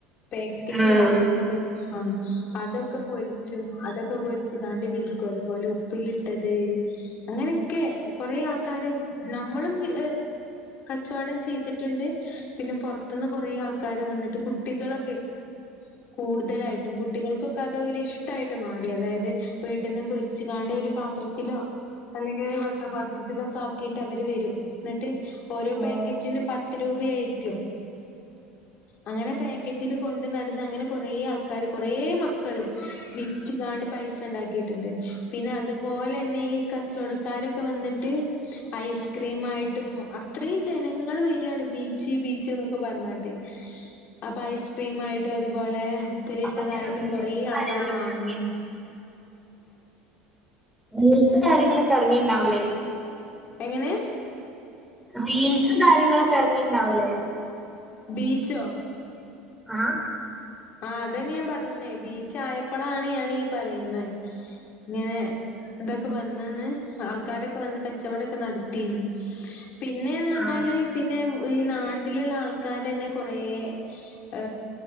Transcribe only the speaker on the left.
പാക്കേജിൽ
വാങ്ങാൻ ആ അതൊക്കെ പൊരിച്ചും അതൊക്കെ പൊരിച്ച് കാണ്ടി വിൽക്കും അതുപോലെ ഉപ്പിലി ട്ടത് അങ്ങനെയൊക്കെ കൊറെേ ആൾക്കാര് നമ്മളുംഎ ച്ചവടം ചെയ്തിട്ടുണ്ട്. പിന്നെ പൊറത്തുന്ന് കൊറേ ആൾക്കാര് വന്നിട്ട് കുട്ടികളൊക്കെ കൂടുതലായിട്ടും കുട്ടികൾക്ക്‌ അതൊരിഷ്ടമായിട്ട് മാറി. അതായത് വീട്ടിൽന്ന് പൊരിച്ചുകാണ്ട് പത്രത്തിലോ അല്ലെങ്കിൽ വട്ടപാത്രത്തിലോക്കെ ആക്കിയിട്ട് അവർ വരും എന്നിട്ട് ഓരോ പാക്കറ്റിന്
പത്ത് രൂപയായിരിക്കും. അങ്ങനെ പാക്കറ്റില് കൊണ്ട് നടന്ന് അങ്ങനെ കൊറേ ആൾക്കാര് കൊറേ മ ക്കള് വിറ്റ് കാണ്ട് പൈസ ഉണ്ടാക്കിട്ടുണ്ട് പിന്നെ അതേ ന്നീ കച്ചോടക്കാരൊക്കെ വന്നിട്ട് ഐസ്ക്രീം ആയിട്ടും അത്രേം ജ ജനങ്ങള് വര്യായാണ് ബീച്ച് ബീച്ച് എന്നൊക്കെ പറഞാട്ട്. അപ്പൊ ഐസ്ക്രീം ആയിട്ടും അതുപോലെ ഉപ്പിലിട്ടതായിട്ടും
കൊറേ ആൾക്കാര് വാങ്ങൻ.......
എങ്ങനെ
ബീച്ചോ......
ആ അതന്നെ ഞാൻ പറഞ്ഞന്നേ ബീച്ച് ആയപ്പോളാണ് ഞാനീ പറയുന്ന...... ഇങ്ങനെ ഇതൊക്കെ വന്നന്ന് ആൾക്കാരൊക്കെ വന്ന് കച്ചവടൊക്കെ നടത്തിന്ന്...... പിന്നെന്ന് പറഞ്ഞാല്
പിന്നെ....... ഈ നാട്ടിലുള്ള ആൾക്കാര് ന്നെ കൊറേ ഹ......